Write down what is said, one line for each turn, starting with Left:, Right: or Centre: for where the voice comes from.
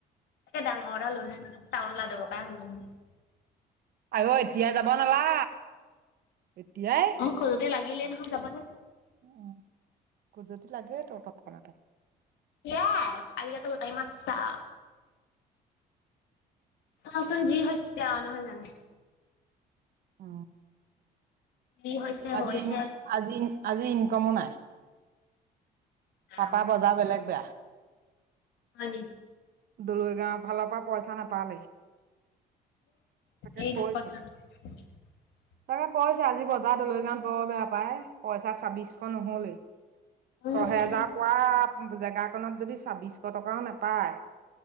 Left: <unintelligible>
Right: আয়ৈ এতিয়া যাব নালা। এতিয়াই
Left: খজুতি লাগিলে নহয় যাবলে।
Right: উম। খজুতি লাগে ত' তৎক্ষণাতে।
Left: য়েচ, আৰু ইয়াতো টাইম আছা। চাওচোন যি হৈছে। অ, নহয় জানো।
Right: অ।
Left: যি হৈছে
Right: আজি
Left: হৈছে
Right: ইন আজি আজি ইনকমো নাই। পাপা
Left: আও
Right: বজা বেলেগ বেয়া।
Left: হয় নি?
Right: দলৈ গাঁও ফাল পা পইচা নাপালেই। তাকে
Left: এই
Right: কৈছে।
Left: দুখত <inaudible>
Right: তাকে কৈছে আজি বজাৰত লৈ যাম। ব বেয়া পায়। পইচা ছাব্বিশ নহ'লে।
Left: উম
Right: ছহেজাৰ পোৱা জেগাকনত যদি ছাব্বিশ শ টকাও নাপায়